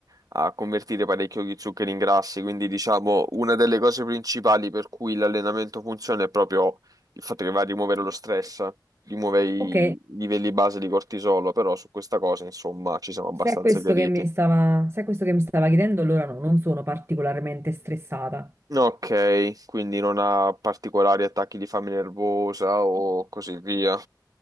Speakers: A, on the right; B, on the right.
A: a convertire parecchio gli zuccheri in grassi. Quindi, diciamo, una delle cose principali per cui l'allenamento funziona è proprio il fatto che va a rimuovere lo stress, rimuove i
B: Ok,
A: livelli base di cortisolo. Però su questa cosa, insomma, ci siamo abbastanza
B: se è questo
A: chiariti.
B: che mi stava, se è questo che mi stava chiedendo, allora no, non sono particolarmente stressata.
A: Ok, quindi non ha particolari attacchi di fame nervosa o così via.